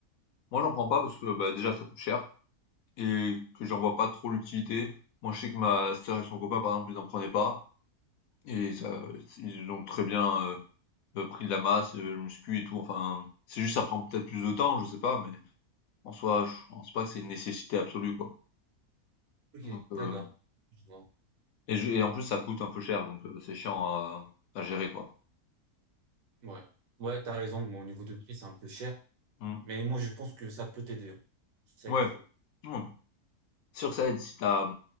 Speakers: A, on the left; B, on the right.
A: Moi, j'en prends pas parce que, bah, déjà, ça coûte cher et que j'en
B: Ok,
A: vois pas trop l'utilité. Moi, je sais que ma sœur et son copain, par exemple, ils en prenaient pas et ça, ils ont très bien euh, euh, pris de la masse, euh, le muscu et tout. Enfin, c'est juste, ça prend peut-être plus de temps, je sais pas, mais en soi, je pense pas que c'est une nécessité absolue, quoi.
B: Ok,
A: Donc, euh,
B: d'accord. Je vois.
A: Et je et en plus, ça coûte un peu cher, donc heu, c'est chiant à à gérer, quoi.
B: Ouais. Ouais, t'as raison. Mon niveau de prix, c'est un peu cher.
A: Mmh.
B: Mais moi, je pense que ça peut t'aider. hein. Ça
A: Ouais,
B: aide trop.
A: ouais. C'est sûr que ça aide si t'as